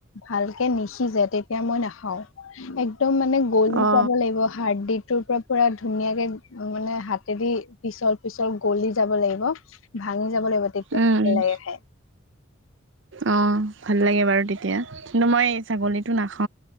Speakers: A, on the left; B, on the right.
A: ভালকে নিখিজে তেতিয়া মই নাখাও। একদম মানে গলি
B: অ
A: যাব লাগিব হাৰ দিটোৰ পৰা পুৰা ধুনীয়াকে মানে হাত হাতে দি পিছল পিছল গলি যাব লাগিব ভাং যাব লাগিব তেতিয়া
B: উম
A: ভাল
B: উম
A: লাগে খাই।
B: অ', ভাল লাগে বাৰু তেতিয়া, কিন্তু মই এই ছাগলীটো নাখাওঁ